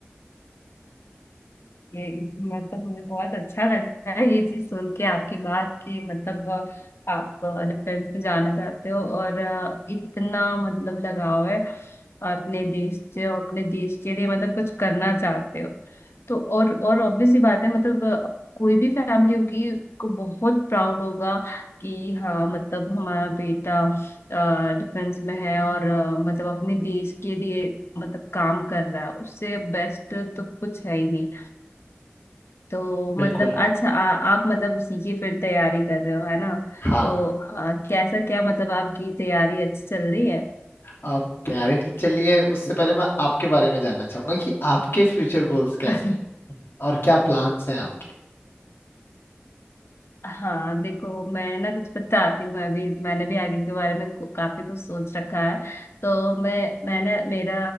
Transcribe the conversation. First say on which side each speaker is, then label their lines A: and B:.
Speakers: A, on the left (about 85°); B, on the left (about 70°).
A: ये मतलब मुझे बहुत अच्छा लग रहा है ये चीज सुन के आपकी बात की मतलब अ, आप डिफेंस में जाना चाहते हो और अ, इतना मतलब लगाव है अपने देश से और अपने देश के लिए मतलब कुछ करना चाहते हो तो और और ऑब्वियस सी बात है मतलब अ, कोई भी फैमिली होगी को बहुत प्राउड होगा कि हाँ मतलब हमारा बेटा डिफेंस में है और अ, मतलब अपने देश के लिए मतलब काम कर रहा है उससे बेस्ट तो कुछ है ही नहीं तो
B: बिल्कुल
A: मतलब अच्छा आ, आप मतलब उसी की फिर तैयारी कर रहे हो है ना
B: हाँ
A: तो अ, कैसा क्या मतलब आपकी तैयारी अच्छी चल रही है
B: आप तैयारी ठीक चल रही है उससे पहले मैं आपके बारे में जानना चाहूंगा कि आपके फ्यूचर गोल्स कैसे
A: <laughs>
B: हैं और क्या प्लान्स हैं आपके
A: हाँ देखो मैं ना कुछ बताती हूँ मैं भी मैंने भी आगे के बारे में कु- काफी कुछ सोच रखा है तो मैं मैंने मेरा